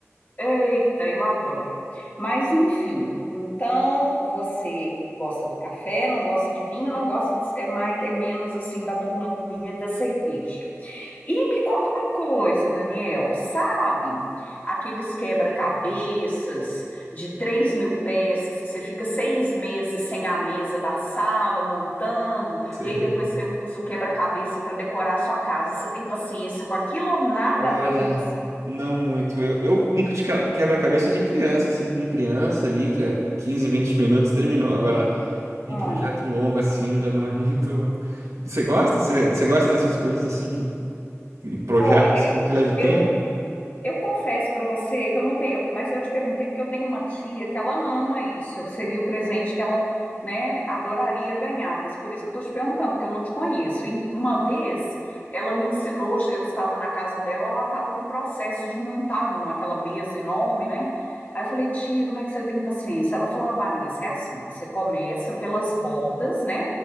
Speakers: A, on the left; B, on the right.
A: Eita, eu adoro. Mas enfim, então você gosta do café, não gosta de vinho, não gosta de, é mais é menos assim da turma do vinho e da cerveja. E me conta uma coisa, Daniel, sabe aqueles quebra-cabeças de três mil peças que você fica seis meses sem a mesa da sala montando
B: Sei.
A: e aí depois você usa o quebra-cabeça para decorar a sua casa? Você tem paciência com aquilo ou nada
B: Olha,
A: a ver com você?
B: não muito. Eu, eu brinco de ca- quebra-cabeça de criança, assim, com criança ali, que é 15, 20 minutos, terminou. Agora, um
A: Hum,
B: projeto longo, assim, já não é muito. Você gosta? Você, você gosta dessas coisas, assim, que um projeto
A: Olha,
B: assim, que leve tempo?
A: eu Eu confesso para você que eu não tenho, eu- mas eu te perguntei porque eu tenho uma tia que ela ama isso. Seria o presente que ela, né, adoraria ganhar, mas por isso que eu estou te perguntando, porque eu não te conheço. E uma vez ela me ensinou, eu estava na casa dela, ela estava no processo de montar uma, aquela mesa enorme, né? Aí eu falei, tia, como é que você tem paciência? Ela falou, ah, Vanessa, é assim, ó, você começa pelas bordas, né?